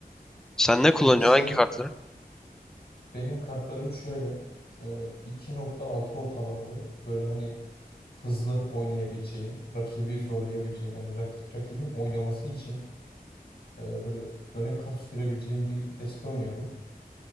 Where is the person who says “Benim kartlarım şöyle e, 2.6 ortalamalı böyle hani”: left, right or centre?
Left